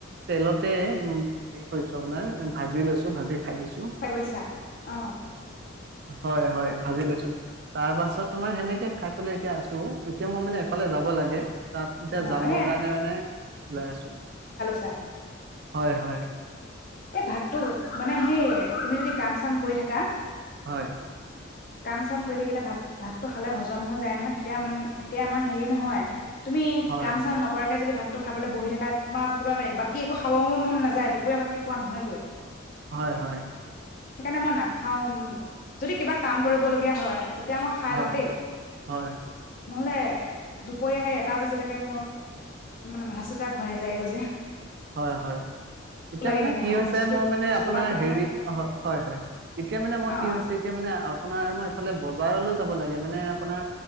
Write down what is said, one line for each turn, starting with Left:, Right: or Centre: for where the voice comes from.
Right: তেলতে উম, হেৰি কৰিছো আপোনাৰ ভাজি লৈছো, ভাজি খাই দিছো
Left: চাগৰিছা অ'।
Right: হয়, হয় ভাজি লৈছো, তাৰ পাছত তোমাৰ সেনেকে খাই পেলাই এতিয়া আছো, এতিয়া মই মানে এফালে যাব লাগে। তাত এতিয়া
Left: অ
Right: যামৰ
Left: এ
Right: কাৰণে মানে ওলাই আছো।
Left: ছা
Right: হয়, হয়।
Left: এই ভাতটো মানে সেই তুমি যদি কাম চাম কৰি থাকা
Right: হয়।
Left: কাম চাম কৰি থাকিলে ভাত, ভাতটো খালে হজম হৈ যায় নহয় তেতিয়া ম তেতিয়া ইমান হেৰি নহয়। তুমি
Right: হয়
Left: কাম চাম নকৰাকে যদি ভাত খাবলৈ বহি থকা তোমাৰ কিবা বাকী একো খাব মন নযায় দুপৰীয়া ভাত খোৱা নহয়গৈ।
Right: হয়, হয়।
Left: সেইকাৰণে মই নাখাওঁ, যদি কিবা কাম কৰিব লগীয়া হয় এতিয়া মই খাই
Right: হয়,
Left: লওঁ দেই।
Right: হয়,
Left: নহ'লে দুপৰীয়া আহে এটা বাজিলৈকে মোৰ মানে মাথা চাথা ঘূৰাই যায়গৈ যে।
Right: হয়, হয়। এতিয়া
Left: লাগি
Right: মানে
Left: থাকে
Right: কি
Left: ন
Right: হৈছে
Left: বিস্কুট
Right: মই মানে
Left: জলপান
Right: আপোনাৰ
Left: কেইখনে
Right: হেৰি অ', হয়, হয় এতিয়া মানে মই
Left: অ
Right: কি
Left: অ
Right: হৈছে এতিয়া মানে আপোনাৰ মই এইফালে বজাৰলৈ যাব লাগে। মানে আপোনাৰ